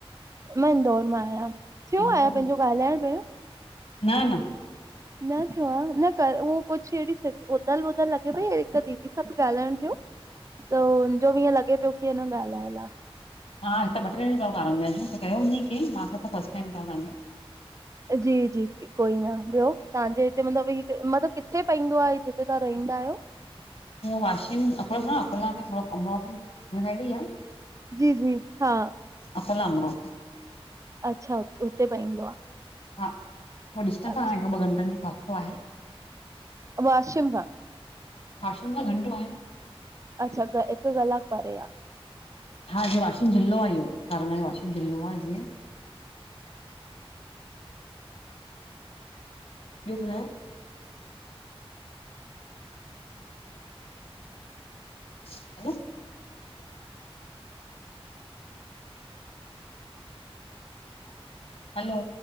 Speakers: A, on the right (about 30°); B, on the left (about 75°).
A: मांं इंदौर मां आहियां, थियो
B: इंदौर
A: आहियां पंहिंजो
B: मां
A: ॻाल्हाइण बेंत?
B: न न
A: न थियो आ, न ई कर उहो कुझु अहिड़ी उधल वधल लॻे पई, हिकु दीदी सा ॿ ॻाल्हाइणु थियो। त हुनजो बि इअं लॻे पियो कि अ न ॻाल्हायल आ।
B: हा, हित ॿ टे ॼणूं अथव कारनजा ॼूं, त कयो हूंदई कें, मां सां त फर्स्ट टाइम थव ताहांजो।
A: जी जी कोई न, ॿियो तव्हांजे हिते मतलब -मतलबु किथे पईंदो आहे जिते तां रइंदा आयो?
B: वाशिम, अको- अकोला खां थोड़ो अमरा साइड ई आ।
A: जी- जी, हा
B: अकोला मां, रो
A: अच्छा हुते पईंदो आ।
B: हा थो ॾिस्टंस
A: अच्छा
B: आहे हिकु ॿ घंटनि जो फासलो आहे।
A: वाशिम सां
B: वाशिम खां घंटो आहे न।
A: अच्छा हिकु कलाकु परे आ।
B: हा जीअं वाशिम ज़िलो आहे इहो, सारंग जो वाशिम ज़िलो आहे जीअं। ॿियो ॿुधायो? ह न <inaudible> हलो